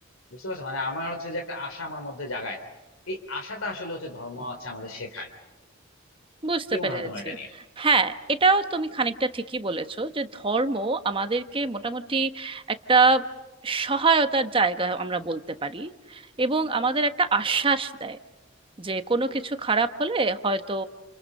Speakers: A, on the left; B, on the right.
A: বুঝতে পারছো মানে আমার হচ্ছে যে একটা আশা আমার মধ্যে জাগায় এই আশাটা আসলে হচ্ছে ধর্ম হচ্ছে আমাদের শেখায়
B: বুঝতে
A: কি মনে
B: পেরেছি
A: হয় তোমার এটা নিয়ে
B: হ্যাঁ এটাও তুমি খানিকটা ঠিকই বলেছো যে ধর্ম আমাদেরকে মোটামুটি একটা সহায়তার জায়গা আমরা বলতে পারি এবং আমাদের একটা আশ্বাস দেয় যে কোনো কিছু খারাপ হলে হয়তো